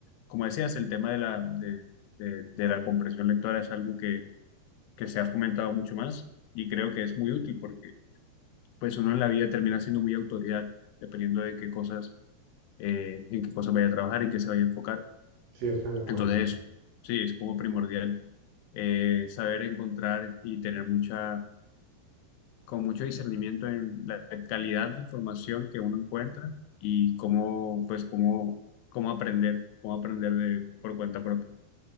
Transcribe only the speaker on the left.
Como decías, el tema de la, de, de de la comprensión lectora es algo que que se ha fomentado mucho más y creo que es muy útil porque pues uno en la vida termina siendo muy autodidacta, dependiendo de qué cosas, eh, en qué cosas vaya a trabajar, en qué se vaya a enfocar.
Entonces,
sí, es como primordial eh, saber encontrar y tener mucha, con mucho discernimiento en la calidad de información que uno encuentra y cómo, pues, cómo, cómo aprender, cómo aprender de, por cuenta propia.